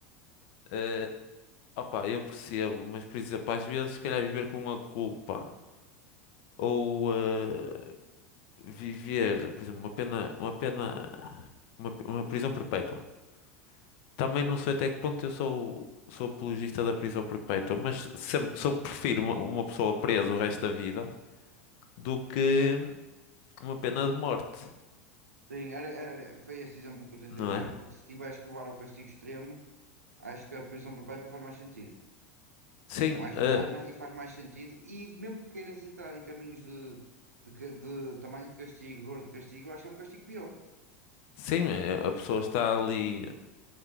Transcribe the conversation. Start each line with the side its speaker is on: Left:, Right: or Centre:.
Left: eh, opa, eu percebo, mas por exemplo, às vezes se calhar viver com a culpa ou. eh, viver, por exemplo, uma pena, uma pena, uma, uma prisão perpétua. Também não sei
Right: Sim,
Left: até que ponto eu sou, sou apologista da prisão perpétua, mas sempre, sou, prefiro uma, uma pessoa presa o resto da vida do que uma pena de morte,
Right: Sim, era, era- foi esse exemplo que eu tentei
Left: não
Right: dar,
Left: é?
Right: porque se tiveres que levar ao castigo extremo, acho que a prisão perpétua faz mais sentido.
Left: Sim,
Right: É mais
Left: eh,
Right: humana e faz mais sentido. E mesmo que queiras entrar em caminhos de, de, ca- de tamanho de castigo, dor de castigo, eu acho que é um castigo pior.
Left: sim, eh, a pessoa está ali.